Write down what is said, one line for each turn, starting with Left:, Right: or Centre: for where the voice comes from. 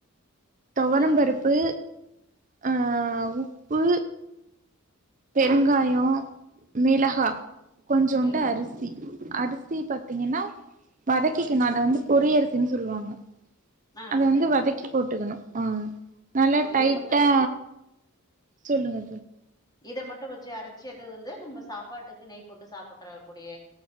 Right: தொவர
Left: சரிங்க
Right: பருப்பு
Left: தோழி
Right: ஆஹ் உப்பு பெருங்காயே மிளகா கொஞ்சோண்டு
Left: ம்
Right: அரிசி அரிசி சி பாத்தீங்ன்னா வதக்கிக்கனு அத வந்து பொரி அரிசின்னு சொல்லுவாங்க
Left: ஆ
Right: அத
Left: சரிங்க
Right: வந்து வதக்கி
Left: தோழி
Right: போட்டுக்கணு ஆ நல்லா டைட்டா
Left: இத மட்டு
Right: சொல்லுங்க
Left: இத மட்டு வச்சு அரைச்சி அது வந்து நம்ம சாப்பாட்டுக்கு நெய் போட்டு சாப்பட்டுக்கூடிய